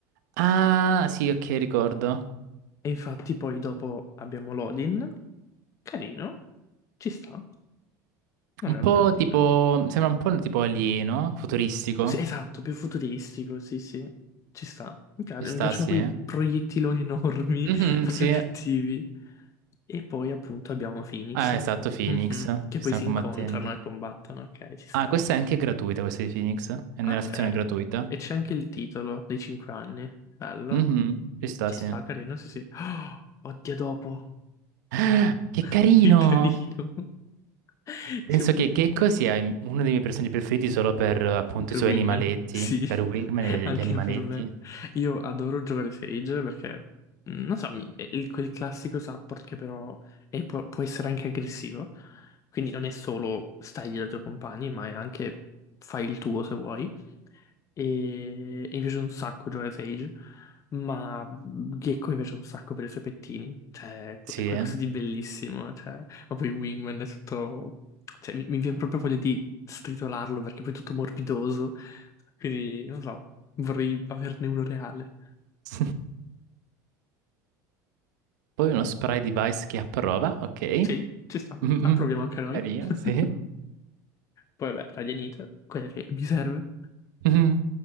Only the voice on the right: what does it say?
Ah, sì, ok, ricordo.
Un
po'
tipo, sembra un po' tipo alieno, futuristico.
Ci sta,
sì.
Mhm,
sì.
Ah, esatto, Phoenix,
che
stanno
combattendo.
Ah, questa è anche gratuita, questa di Phoenix. È nella
sezione gratuita.
Mhm, ci sta,
sì.
<gasps>
Ah, Che
carino!
Penso
che Gecko sia il- uno dei miei personaggi preferiti solo per appunto
i suoi
animaletti,
per Wingman
e
gli animaletti.
Sì,
eh.
<laughs> Poi uno spray device che approva, ok.
Mhm,
Carino,
sì.
Mhm.